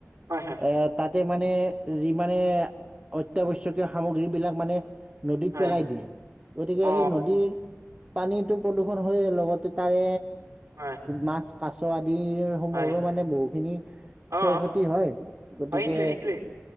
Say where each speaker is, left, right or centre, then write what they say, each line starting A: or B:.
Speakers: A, on the right (about 85°); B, on the right (about 20°).
A: হয় হয়
B: এ তাতে মানে যি মানে অতআৱশ্যক শকীয় সামগ্ৰী বিলাক মানে নদীত
A: হয়
B: পেলাই দিয়ে গতিকে
A: অ
B: সেই নদীৰ পানীটো প্ৰদূষণ হয় লগতে তাৰে
A: হয়
B: মাছ, কাছ আদিৰ সমূহৰো
A: হয়
B: মানে বহুখিনি ক্ষয়
A: অ
B: ক্ষতি হয় গতিকে
A: হয় সেইটোৱে সেইটোৱে